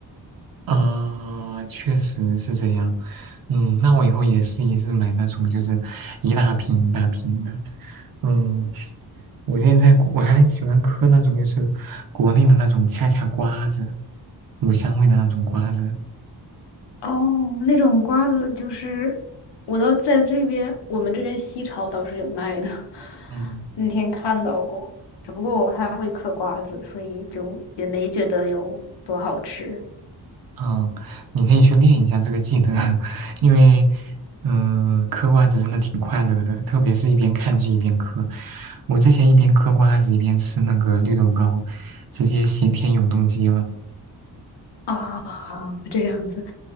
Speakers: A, on the right (about 55°); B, on the left (about 75°).
A: 啊，确实是这样。嗯，那我以后也试一试买那种就是一大瓶一大瓶的。嗯，我现在我还很喜欢嗑那种就是国内的那种恰恰瓜子，乳香味的那种瓜子。
B: 哦，那种瓜子就是我倒在这边，我们这边西超倒是有卖的，
A: 嗯
B: 那天看到过，只不过我不太会嗑瓜子，所以就也没觉得有多好吃
A: 嗯，你可以去练一下这个技能，<laughs> 因为嗯，呃嗑瓜子真的挺快乐的，特别是一边看剧一边嗑。我之前一边嗑瓜子一边吃那个绿豆糕，直接咸甜永动机了。
B: 啊。<laughs> 这样子，